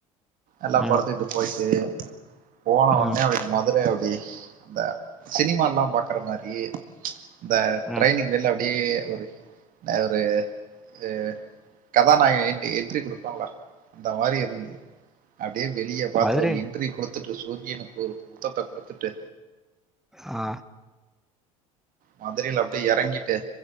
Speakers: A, on the right (about 50°); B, in the centre.
A: எல்லா
B: ம்
A: படுத்துக்கிட்டு போயிட்டு போன
B: ம்
A: ஒட்னே அப்டி மதுர அப்டி அந்த சினிமால்லா பாக்கற மாரி இந்த
B: ம்
A: டிரைனிங் வெல்ல அ ப்டி ஒரு என்னா ஒரு அ கதா நாயக என்ட்ரி என்ட்ரி குடுப்பால்ல அந்த மாரி வந்து அப்டியே வெளிய பாத்து
B: மதுரை
A: ஒரு என்ட்றி குடுத்துட்டு சூரியனுக்கு ஒரு முத்தத்த குடுத்துட்டு
B: ஆ
A: மதுரைல அப்டியே எறங்கிட்டு